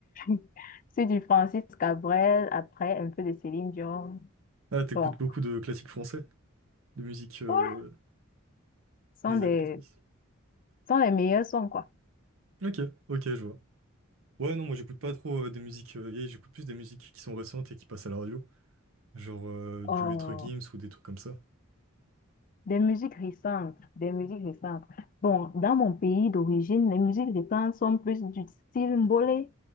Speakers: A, on the left (about 40°); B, on the right (about 80°).
A: du <laughs> sur du Francis Cabrel, après un peu de Céline Dion.
B: Ah, t'écoutes
A: Bon,
B: beaucoup de classiques français, de musique euh,
A: ouais, ce sont
B: des
A: des,
B: années 90.
A: ce sont les meilleurs sons, quoi.
B: Ok, ok, je vois. Ouais, non, moi j'écoute pas trop euh, des musiques euh, vieilles, j'écoute plus des musiques qui sont récentes et qui passent à la radio, genre euh,
A: Oh,
B: du Maître Gims ou des trucs comme ça.
A: des musiques récentes, des musiques récentes. Bon, dans mon pays d'origine, les musiques récentes sont plus du style mbolé.